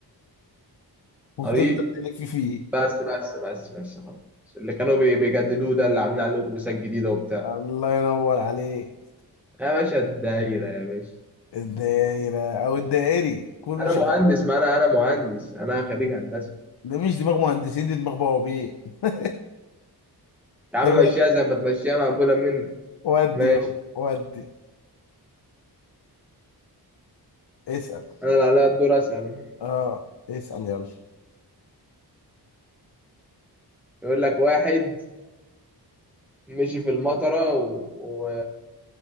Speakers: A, on the left; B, in the centre.
A: <laughs> وتفضل
B: طريق
A: تلف فيه
B: بس بس بس بس خلاص اللي كانوا بي- بيجددوه ده اللي عاملين عليه الاتوبيسات الجديده وبتاع
A: الله ينور عليك
B: يا باشا الدايره يا باشا
A: الدايرة أو الدائري كله
B: انا
A: شغال
B: مهندس ما انا انا مهندس انا خريج هندسه
A: ده مش دماغ مهندسين دي دماغ بوابين <laughs>
B: يا عم
A: طب يلا
B: مشيها زي ما تمشيها مقبوله منك
A: ودي
B: ماشي
A: يلا ودي اسأل
B: انا اللي عليا الدور اسال
A: اه اسأل يلا
B: يقول لك واحد مشي في المطره و... و...